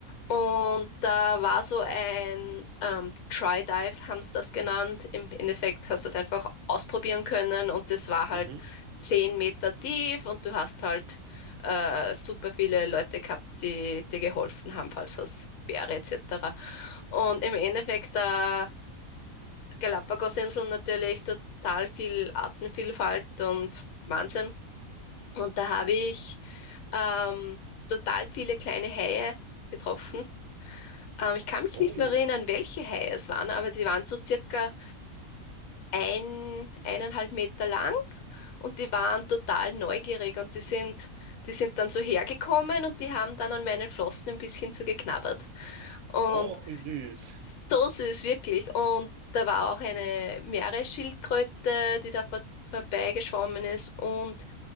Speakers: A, on the left (about 75°); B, on the right (about 75°).
A: und da war so ein ähm, Try Dive, haben sie das genannt. Im Endeffekt hast du das einfach ausprobieren können und das war halt
B: Mhm.
A: 10 Meter tief und du hast halt äh, super viele Leute gehabt, die dir geholfen haben, falls was wäre etc. Und im Endeffekt äh, Galapagosinseln natürlich total viel Artenvielfalt und Wahnsinn. Und da habe ich ähm, total viele kleine Haie getroffen. Ähm, ich kann mich
B: Ui.
A: nicht mehr erinnern, welche Haie es waren, aber die waren so circa ein, eineinhalb Meter lang und die waren total neugierig und die sind, die sind dann so hergekommen und die haben dann an meinen Flossen ein bisschen so geknabbert. Und
B: Oh, wie süß.
A: so süß, wirklich. Und da war auch eine Meeresschildkröte, die da vor, vorbeigeschwommen ist und